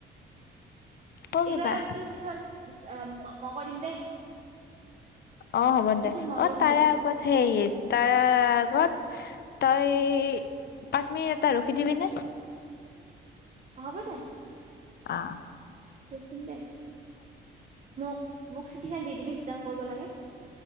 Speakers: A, on the left; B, on the right.
A: ক
B: এইবাৰ
A: কিবা
B: তোৰ পিছত মই কৰিম দেই
A: অ হ'ব
B: তোৰ
A: দে
B: পিছত মই
A: অ
B: কৰিম
A: তাৰে
B: বোলো
A: আগত সেই তাৰ আগত তই পাঁচ মিনিট এটা ৰখি দিবিনে
B: হব দে
A: আ
B: ৰখিম দে মোক মোক ঠিক দি দিবি ৰিতাৰ্ণ কৰিব লাগে